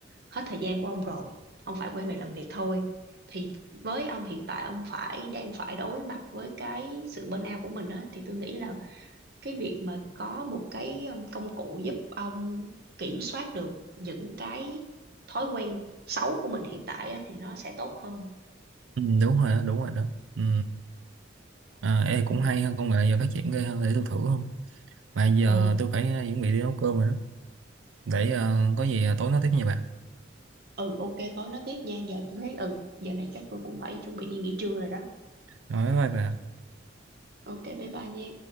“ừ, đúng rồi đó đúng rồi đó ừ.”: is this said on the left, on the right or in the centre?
Right